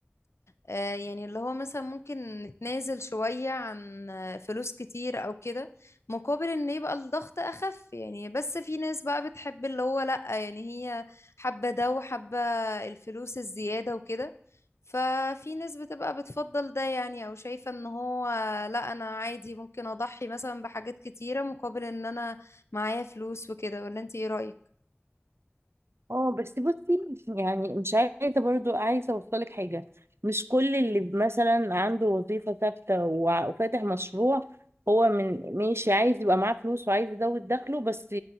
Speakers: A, on the left (about 85°); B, on the right (about 70°).
A: آه، يعني اللي هو مثلا ممكن نتنازل شوية عن آه، فلوس كتير أو كده مقابل إن يبقى الضغط أخف يعني بس في ناس بقى بتحب اللي هو لأ يعني هي حابة ده وحابة الفلوس الزيادة وكده ففي ناس بتبقى بتفضل ده يعني أو شايفة إن هو لأ أنا عادي ممكن أضحي مثلا بحاجات كتيرة مقابل إن أنا معايا فلوس وكده ولا أنت إيه رأيك؟
B: اه بس بصي يعني مش عايزه برضو عايزه اوصلك حاجه مش كل اللي مثلا عنده وظيفه ثابته وع- وفاتح مشروع هو من ماشي عايز يبقى معاه فلوس وعايز يزود دخله بس